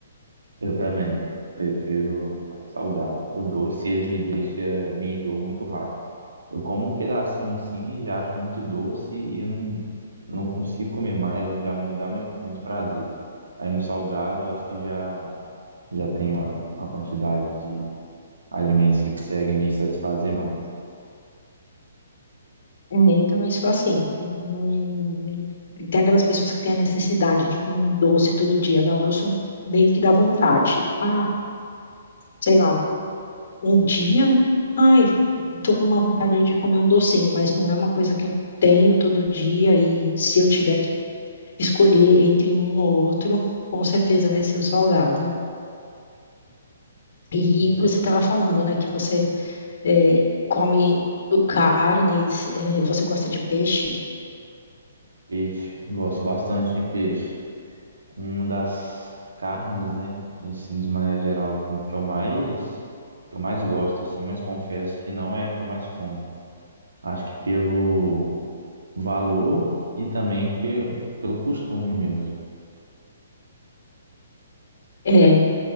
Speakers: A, on the right; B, on the left.
A: Eu também prefiro mais salgado. O doce, ele me deixa, me enjoa muito rápido. Eu como um pedacinho assim, e já acho muito doce e não, não consigo comer mais, já não me dá mais, muito prazer. Aí no salgado, eu acho que já, já tem a, a quantidade de alimentos que conseguem me satisfazer mais.
B: É, eu também sou assim. Eu não- Tem aquelas pessoas que têm a necessidade de comer um doce todo dia. Não, eu sou meio que da vontade. Ah, sei lá, um dia, ai, tô com uma vontade de comer um docinho, mas não é uma coisa que eu tenho todo dia. E se eu tiver que escolher entre um ou outro, com certeza vai ser o salgado. E
A: Ente-
B: você estava falando, né, que você eh, come carnes, eh, você gosta de peixe.
A: Peixe, gosto bastante de peixe. uma das carnes, né? Assim, de maneira geral, como que eu mais que eu mais gosto, assim, mas confesso que não é a que eu mais como. Acho que pelo valor e também pe pelo costume mesmo.
B: É,